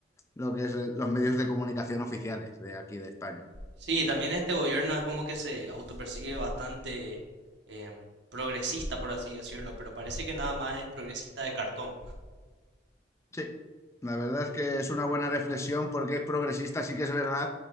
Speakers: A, on the left; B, on the right.
A: lo que es eh, los medios de comunicación oficiales de aquí de España.
B: Sí, también este gobierno es como que se autopercibe bastante em, progresista, por así decirlo, pero parece que nada más es progresista de cartón.
A: Sí, la verdad es que es una buena reflexión porque es progresista, sí que es verdad